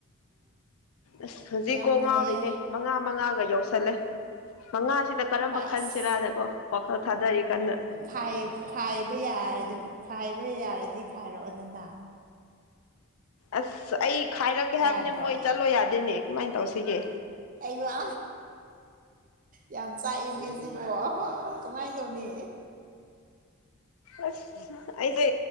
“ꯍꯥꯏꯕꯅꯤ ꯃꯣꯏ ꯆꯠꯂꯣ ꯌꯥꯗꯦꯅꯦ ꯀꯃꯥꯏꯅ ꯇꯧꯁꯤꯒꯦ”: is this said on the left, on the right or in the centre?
Left